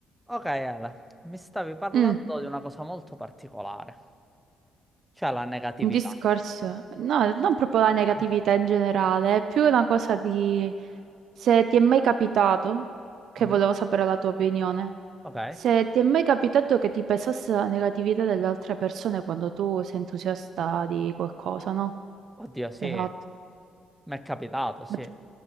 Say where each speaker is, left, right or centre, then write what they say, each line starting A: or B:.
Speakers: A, in the centre; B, on the right.
A: Ok, Ale, mi stavi parlando
B: Mm,
A: di una cosa molto particolare, cioè la negatività.
B: un discorso, no, non proprio la negatività
A: <laughs>
B: in generale, è più una cosa di se ti è mai capitato, che
A: Mm,
B: volevo sapere la tua opinione,
A: Ok,
B: se ti è mai capitato che ti pesasse la negatività delle altre persone quando tu sei entusiasta di qualcosa, no?
A: oddio, sì,
B: Che hai
A: mi
B: fatto.
A: è capitato, sì.
B: Ma ti,